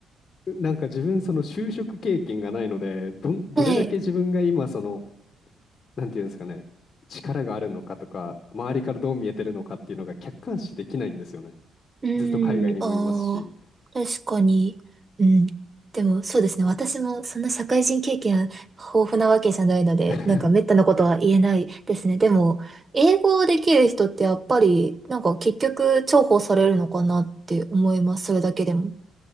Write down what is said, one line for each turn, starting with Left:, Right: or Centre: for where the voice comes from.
Left: なんか自分、その就職経験がないので、ど、どれだけ自分が今、
Right: はい。
Left: その、なんていうんですかね、力があるのかとか、周りからどう見えてるのかっていうのが客観視できないんですよね。
Right: うん、
Left: ずっと海外にもいますし。
Right: ああ、確かに。うん。でも、そうですね。私もそんな社会人経験豊富なわけじゃないので、
Left: <laughs>
Right: なんか滅多なことは言えないですね。でも、英語できる人ってやっぱり、なんか結局重宝されるのかなって思います。それだけでも。